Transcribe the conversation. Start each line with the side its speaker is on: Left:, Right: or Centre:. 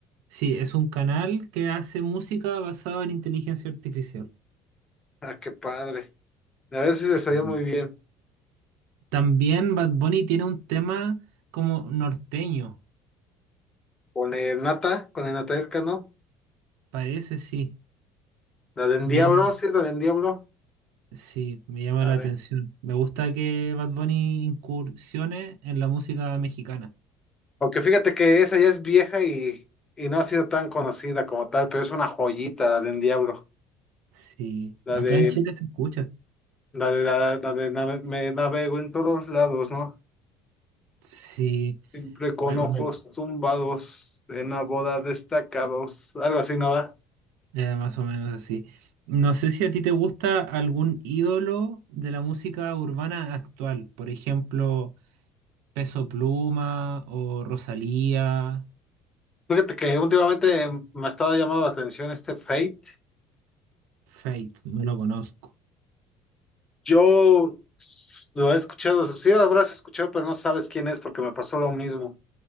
Right: Sí, es un canal que hace música basada en inteligencia artificial.
Left: Ah, qué padre. La verdad
Right: Sí.
Left: sí se salió muy bien.
Right: También Bad Bunny tiene un tema como norteño,
Left: Con el Nata, con el Natael Cano,
Right: parece, sí.
Left: la de
Right: Me
Left: Diablo,
Right: llama,
Left: sí es la de Diablo.
Right: sí, me llama
Left: A
Right: la
Left: ver.
Right: atención. Me gusta que Bad Bunny incursione en la música mexicana.
Left: Aunque fíjate que esa ya es vieja y, y no ha sido tan conocida como tal, pero es una joyita la de Diablo.
Right: Sí,
Left: La
Right: acá
Left: de,
Right: en Chile se escucha.
Left: la de, la, la de nave- me navego en todos lados, ¿no?
Right: Sí,
Left: Siempre con
Right: me,
Left: ojos
Right: me-
Left: tumbados, en la boda destacados, algo así, ¿no va?
Right: Ya, más o menos así. No sé si a ti te gusta algún ídolo de la música urbana actual, por ejemplo, Peso Pluma o Rosalía,
Left: Fíjate que últimamente me ha estado llamando la atención este Fate.
Right: Fate, no lo conozco.
Left: Yo lo he escuchado, sí lo habrás escuchado, pero no sabes quién es porque me pasó lo mismo.